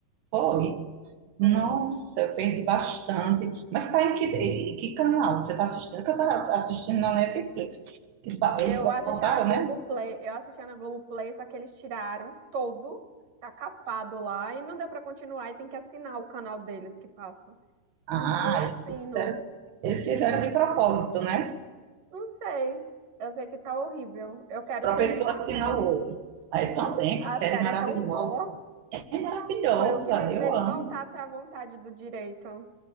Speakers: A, on the right (about 80°); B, on the right (about 60°).
A: foi.
B: Foi.
A: Nossa, eu perdi bastante. Mas tá em que, em que canal você está assistindo? Que eu estava assistindo na Netflix. Que ba-
B: Eu
A: Eles voltaram,
B: assistia na Globoplay,
A: né?
B: eu assistia na Globoplay, só que eles tiraram todo, tá capado lá e não deu pra continuar e tem que assinar o canal deles que passa. Um
A: Ah,
B: dia eu assino,
A: eles fizeram, eles fizeram de propósito, né?
B: não sei, eu sei que tá horrível, eu quero
A: Para
B: terminar
A: a pessoa assinar
B: a série.
A: o outro. Aí também,
B: A
A: que série
B: série
A: maravilhosa.
B: é tão boa,
A: É maravilhosa,
B: foi o que me fez
A: eu amo.
B: voltar até a vontade do direito.